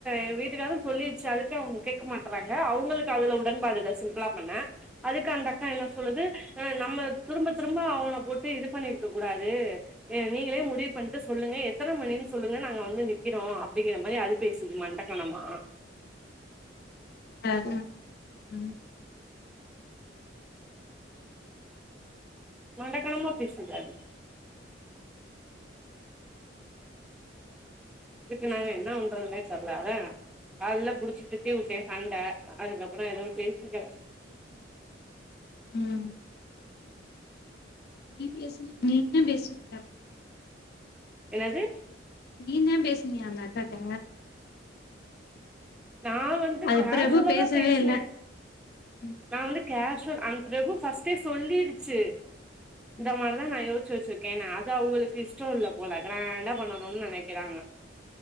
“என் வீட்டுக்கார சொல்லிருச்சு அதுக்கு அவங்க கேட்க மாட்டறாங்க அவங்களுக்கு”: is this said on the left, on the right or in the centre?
Centre